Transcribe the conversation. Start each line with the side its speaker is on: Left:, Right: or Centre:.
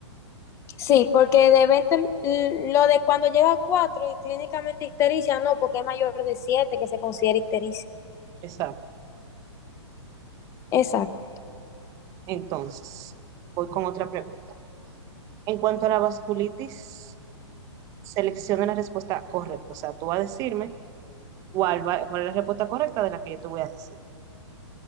Left: Sí, porque de 20, mm, lo de cuando llega a 4 y clínicamente ictericia, no, porque es mayor de 7 que se considera ictericia.
Right: Exacto.
Left: Exacto,
Right: Entonces, voy con otra pregunta. En cuanto a la vasculitis, selecciona la respuesta correcta. O sea, tú vas a decirme cuál, va- cuál es la respuesta correcta de la que yo te voy a decir.